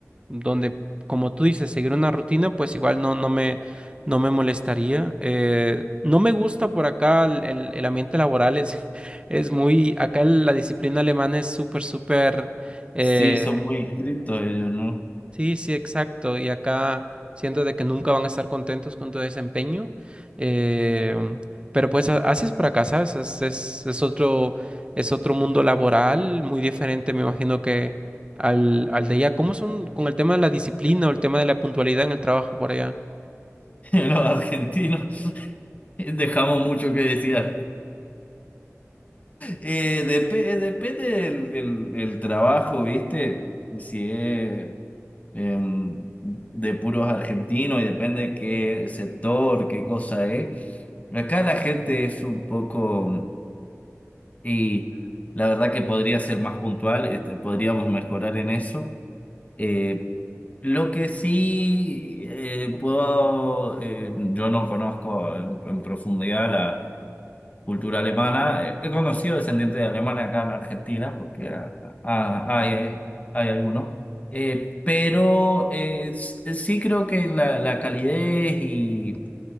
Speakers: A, on the right; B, on the left.
A: donde, como tú dices, seguir una rutina, pues igual no, no me, no me molestaría. Eh, no me gusta por acá el, el- el ambiente laboral, es, <laughs> es muy, acá la disciplina alemana es súper, súper, eh,
B: Sí, son muy estrictos ellos, ¿no?
A: Sí, sí, exacto. Y acá siento de que nunca van a estar contentos con tu desempeño. eh, pero pues a- así es por acá, ¿sabes? Es, es, es otro, es otro mundo laboral muy diferente, me imagino que al, al de allá. ¿Cómo son con el tema de la disciplina o el tema de la puntualidad en el trabajo por allá?
B: <laughs> Los argentinos dejamos mucho que desear. Eh, dep- eh, depende del, del- del trabajo, ¿viste? Si es em, de puros argentinos y depende de qué sector, qué cosa es. Acá la gente es un poco. Y la verdad que podría ser más puntual, este, podríamos mejorar en eso. Eh, lo que sí eh, puedo, eh, yo no conozco en, en profundidad la cultura alemana. Eh, he conocido descendientes de alemanes acá en Argentina, porque ah, ah, hay, hay, hay algunos. Eh, pero eh, s- sí creo que la, la calidez y